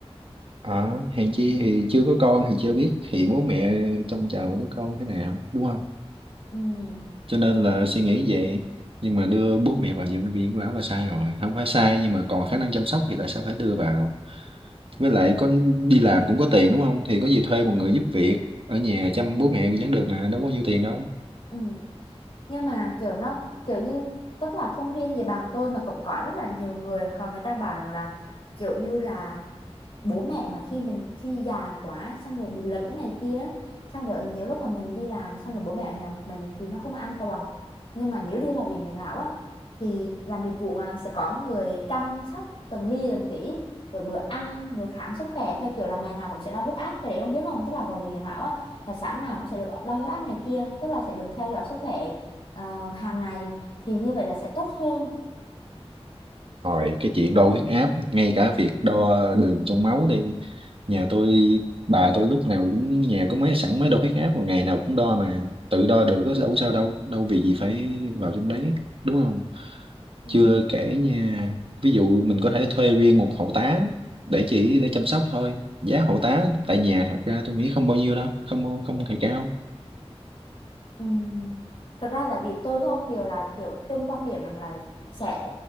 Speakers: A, on the right (about 55°); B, on the left (about 55°).
A: À, hèn chi thì chưa có con thì chưa biết thì bố mẹ trông chào đứa con thế nào đúng không?
B: ừ
A: Cho nên
B: ừ
A: là suy nghĩ vậy nhưng mà đưa bố mẹ vào bệnh viện bảo là sai rồi. Không phải sai nhưng mà còn khả năng chăm sóc thì tại sao phải đưa vào? Với lại có đi làm cũng có tiền đúng không? Thì có gì thuê một người giúp việc ở nhà chăm bố mẹ vẫn được mà đâu có nhiêu tiền đâu.
B: ừ nhưng mà kiểu nó kiểu như tức là không riêng gì bằng tôi mà cũng có rất là nhiều người họ người ta bảo rằng là kiểu như là bố mẹ mà khi mình khi già quá xong rồi bị lẫn này kia xong rồi nhiều lúc mà mình đi làm xong rồi bố mẹ ở nhà một mình thì nó không an toàn nhưng mà nếu đưa vào viện养lão á thì làm dịch vụ mà sẽ có người chăm sóc từng ly từng tí rồi bữa ăn rồi khám sức khỏe theo kiểu là ngày nào cũng sẽ đo huyết áp cái đấy ông biết không tức là vào viện养lão á là sáng nào cũng sẽ được đo huyết áp này kia tức là sẽ được theo dõi sức khỏe ờ, hàng ngày thì như vậy là sẽ tốt hơn
A: Rồi cái chuyện đo huyết áp, ngay cả việc đo đường trong máu đi. Nhà tôi, bà tôi lúc nào cũng nhà có máy sẵn máy đo huyết áp, mà ngày nào cũng đo mà. Tự đo được có đâu có sao đâu, đâu vì gì phải vào trong đấy, đúng không?
B: ừ.
A: Chưa kể nha, ví dụ mình có thể thuê riêng một hộ tá để chỉ để chăm sóc thôi. Giá hộ tá tại nhà thật ra tôi nghĩ không bao nhiêu đâu, không không hề cao.
B: Ừm, Thật ra tại vì tôi với ông đều là kiểu chung quan điểm rằng là sẽ